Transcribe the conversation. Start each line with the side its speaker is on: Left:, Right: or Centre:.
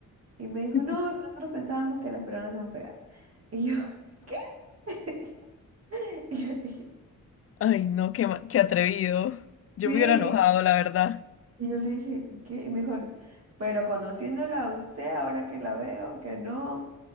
Right: Y me dijo,
Left: <laughs>
Right: no, que nosotros pensábamos que las peruanas son feas. Y yo, <laughs> ¿qué? <laughs> Y yo dije,
Left: Ay, no, qué, ma- qué atrevido. Yo
Right: sí.
Left: me hubiera enojado, la verdad.
Right: Y yo le dije, ¿qué? Y me dijo, pero conociéndola a usted, ahora que la veo, que no.